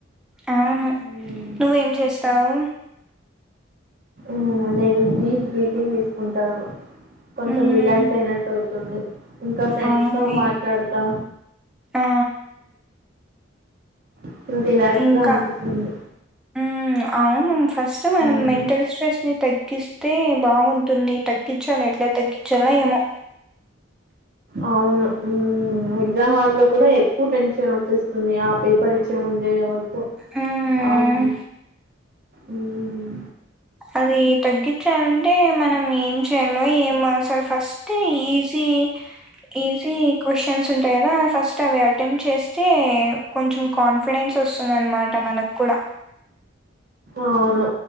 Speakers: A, in the centre; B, on the right.
A: అవును
B: మ్మ్.
A: నువ్వేం చేస్తావు
B: మ్ నేను డీప్ బ్రీతింగ్ తీసుకుంటాను. కొంచెం
A: హ్మ్.
B: రిలాక్స్ అయినట్టు అవుతుంది. ఇంకా ఫ్రెండ్స్
A: అవునులే.
B: తో మాట్లాడతా
A: ఆ!
B: ఇప్పుడు రిలాక్స్
A: ఇంకా
B: గా అనిపిస్తుంది
A: మ్ అవును ఫస్ట్ మనం
B: మ్మ్.
A: మెంటల్ స్ట్రెస్ ని తగ్గిస్తే ఏ బాగుంది. న్ని తగ్గించాలి ఎట్లా తగ్గించాలో ఏమో
B: అవును ఎగ్జామ్ హాల్లో కూడా ఎక్కువ టెన్షన్ వచ్చేస్తుంది ఆ పేపర్ పరిచయం ఉందవో
A: హ్మ్.
B: అమ్ ఉమ్
A: అది తగ్గించాలంటే మనం ఏం చేయాలో ఏంమో అసలు ఫస్ట్ ఈజీ ఈజీ క్వ్చన్స్ ఉంటాయి కదా ఫస్ట్ అవి అటెంప్ట్ చేస్తే కొంచెం కాన్ఫిడెన్స్ వస్తుందనమాట మనకు కుడ
B: అవును